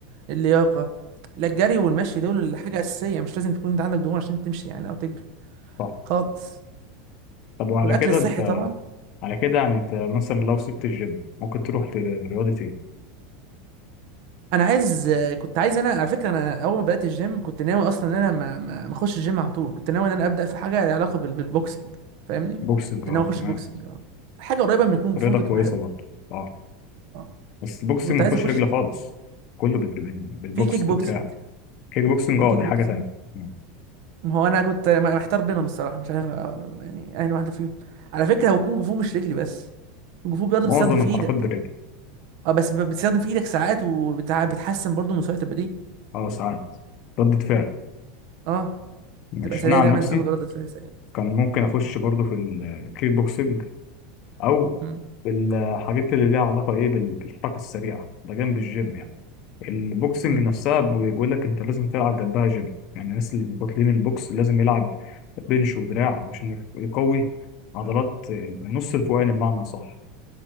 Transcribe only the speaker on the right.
اللياقة لا الجري والمشي دول حاجة أساسية مش لازم تكون انت عندك دهون عشان تمشي يعني أو تجري
خالص
والأكل
الصحي
طبعا
أنا عايز آه، كنت عايز أنا على فكرة أنا أول ما بدأت الجيم كنت ناوي أصلا إن أنا ما ما ما أخش الجيم على طول كنت ناوي إن أنا أبدأ في حاجة لها علاقة بال... بالبوكسنج فاهمني
كنت
ناوي أخش
بوكسنج أه حاجة قريبة من الكونج
فو كنت
بحبه
اه
كنت
عايز
أخش
في كيك
بوكسنج
في
كيك
بوكسنج
ما هو انا كنت محتار بينهم الصراحه مش عارف أ- يعني اي واحده فيهم على فكره هو كونج فو مش رجلي بس كونج فو برضه
بتستخدم في
ايدك
اه بس ب- بتستخدم في ايدك ساعات وبتحسن برضه من سرعه البديهه
اه
تبقى سريع
دايما
انت تاخد ردة فعل سريع
امم
امم